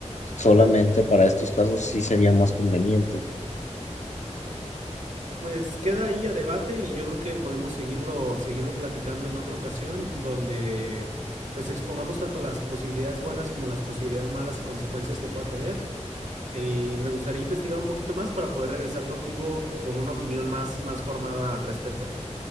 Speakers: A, on the left; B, on the right.
A: solamente para estos casos sí sería más conveniente.
B: Pues queda ahí a debate y yo creo que podemos seguirlo, seguirlo platicando en otra ocasión donde pues expongamos tanto las posibilidades buenas como las posibilidades malas y consecuencias que pueda tener. Y me gustaría investigar un poquito más para poder regresar contigo eh, con una opinión más, más formada al respecto.